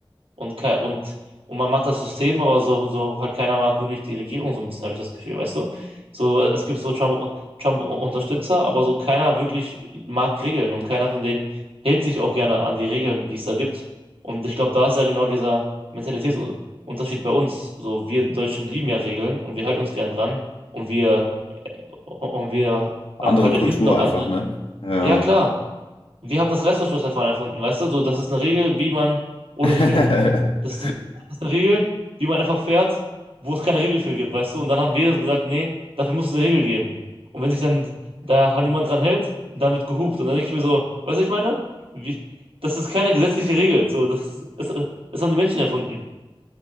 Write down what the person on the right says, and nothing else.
und, ke- und, und man mag das System, aber so, so halt keiner mag wirklich die Regierung so ein bisschen, habe ich das Gefühl, weißt du? So, es gibt so Trump, Trump-Unterstützer, aber so keiner wirklich mag Regeln und keiner von denen hält sich auch gerne an die Regeln, die es da gibt. Und ich glaube, da ist ja genau dieser Mentalitätsunterschied bei uns. So, wir Deutschen lieben ja Regeln und wir halten uns gern dran und wir und wir
ähm, halt erfinden
noch andere.
Ja, klar. Wir haben das Reißverschlussverfahren erfunden, weißt du? So, das ist eine Regel, wie man ohne
Regeln. Das ist, das ist eine Regel, wie man einfach fährt, wo es keine Regel für gibt, weißt du? Und dann haben wir gesagt, nee, dafür muss es eine Regel geben. Und wenn sich dann da niemand dran hält, dann wird gehupt. Und dann denke ich mir so, weißt du, ich meine? Wie, das ist keine gesetzliche Regel. So, das, das, das haben die Menschen erfunden.